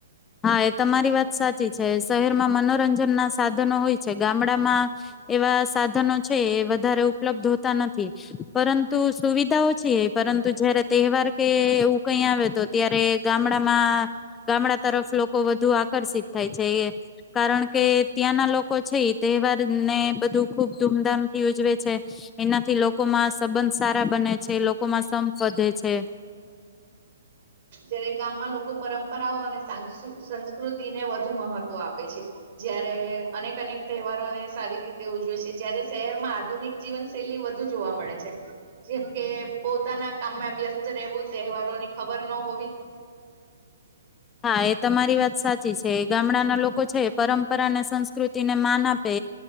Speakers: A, on the left; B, on the right.
A: હા એ તમારી વાત સાચી છે શહેર માં મનોરંજન ના સાધનો હોય છે ગામડામાં એવા સાધનો છે વધારે ઉપલબ્ધ હોતા નથી પરંતુ સુવિધાઓ ી પરંતુ જયારે તહેવાર કે એવું કઈ આવે તો ત્યારે ગામડામાં ગમણા તરફ લોકો લોકો વધુ આકર્ષિત થાય છે એ કારણ કે ત્યાંના લોકો છે એ તહેવાર ને બધું ખૂબ ધૂમધામ થી ઉજવે છે એનાથી લોકોમાં સંબંધ સારા બને છે લોકોમાં સંપ વધે છે
B: જયારે ગામમાં લોકો પરંપરાઓ સંસ્કૃતિ ને વધુ વધુ મહત્વ આપે છે જયારે અનેક અનેક તહેવારોને સારી રીતે ઉજવે છે જયારે શહેરમાં આધુનિક જીવનશૈલી વધુ જોવા મળે છે જેમ કે પોતાના કામમાં વ્યસ્ત રહેવું તહેવારોની ખબર હોવી
A: હા એ તમારી વાત સાચી છે ગામડાના લોકો છે પરંપરા અને સંસ્કૃતિને માન આપે